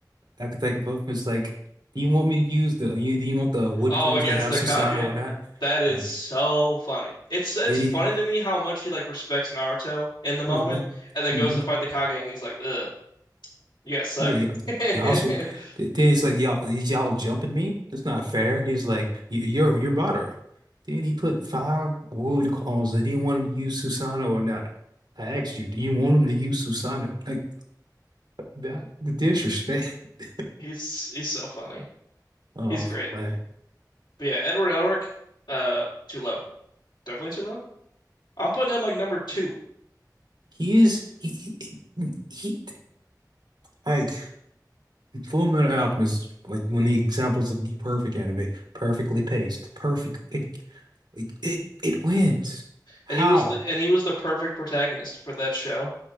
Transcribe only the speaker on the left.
Oh,
against
the
Kage,
that is
so funny. It's it's
funny
to me how much he like respects Naruto in the
moment, and then
goes to fight the Kage, and he's like, "Ugh, you guys suck."
<laughs>
He's he's so funny.
He's great.
But yeah, Edward Elric, uh, too low. Definitely too low. I'm putting him like number two,
and he was the and he was the perfect protagonist for that show.